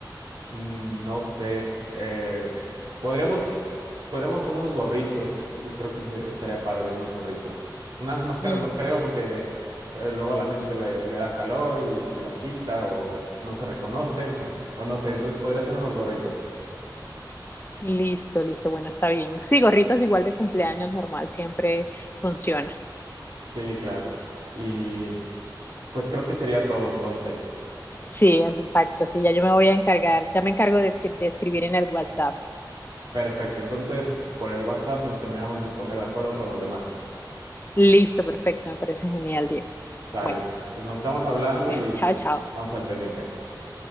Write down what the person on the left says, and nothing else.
Ujú.
Listo, listo, bueno, está bien. Sí, gorritos igual de cumpleaños normal, siempre funciona.
Sí, es exacto, sí, ya yo me voy a encargar, ya me encargo de, escri- de escribir en el WhatsApp.
Listo, perfecto, me parece genial, Diego.
Bueno,
bueno,
chao, chao.